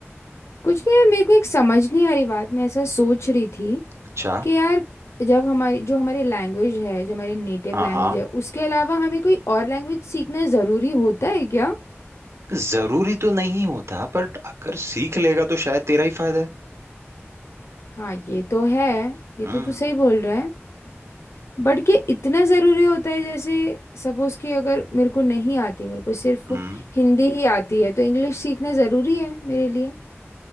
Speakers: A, on the left; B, on the right.
A: कुछ नहीं यार मेरे को एक समझ नहीं आ रही बात मैं ऐसा सोच रही थी
B: अच्छा
A: कि यार जब हमारी जो हमारी लैंग्वेज है जो हमारी नेटिव
B: हाँ
A: लैंग्वेज
B: हाँ
A: है उसके अलावा हमें कोई और लैंग्वेज सीखना ज़रूरी होता है क्या
B: जरूरी तो नहीं होता पर अगर सीख लेगा तो शायद तेरा ही फायदा है
A: हाँ ये तो है ये
B: हम्म
A: तो तू सही बोल रहा है बट क्या इतना ज़रूरी होता है जैसे सपोज़ कि अगर मेरे को नहीं आती मेरे को सिर्फ
B: हम्म
A: हिंदी ही आती है तो इंग्लिश सीखना ज़रूरी है मेरे लिए